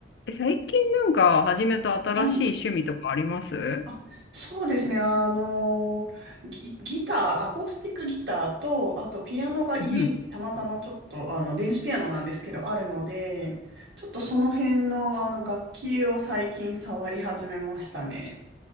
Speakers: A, on the left; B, on the right.
A: え最近なんか始めた新しい趣味とかありますう
B: はい。あ、そうですね。あの、ギ、ギター、アコースティックギターと、あとピアノが家にたまたまちょっと、
A: ん
B: あの、電子ピアノなんですけど、あるので、ちょっとその辺の、あの、楽器を最近触り始めましたね。